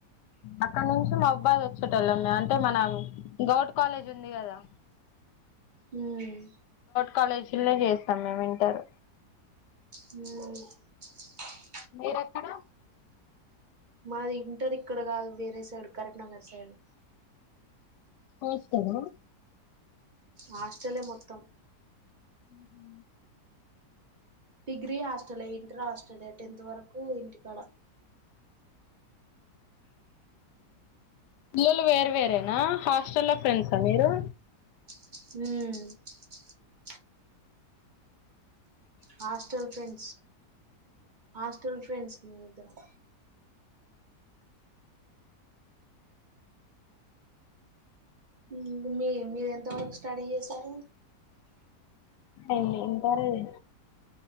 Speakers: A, on the left; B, on the right.
A: అక్కడ నుంచి మహుబాద్ వచ్చేటోల్లంగా అంటే మనం గౌట్ కాలేజ్ ఉంది కదా
B: హ్మ్
A: కాలేజీల్లే చేస్తాం మేము ఇంటర్
B: ఉ
A: మీరు ఎక్కడ
B: మాది ఇంటర్ ఇక్కడ కాదు వేరే సైడ్ కరీంనగర్ సైడ్
A: హాస్టలా
B: హాస్టల్ యే మొత్తం
A: ఉహు
B: డిగ్రీ హాస్టల్ ఏ ఇంటర్ హాస్టల్ ఏ టెన్త్ వరకు ఇంటికాడ
A: మీ వోల్లు వేరు వేరేనా హాస్టల్లా ఫ్రెండ్స్ ఆ మీరు
B: హు హాస్టల్ ఫ్రెండ్స్ హాస్టల్ ఫ్రెండ్స్ మేము ఇద్దరం హ్ మీ మీరు ఎంత వరకు స్టడీ చేసారు
A: ఏం కరే దే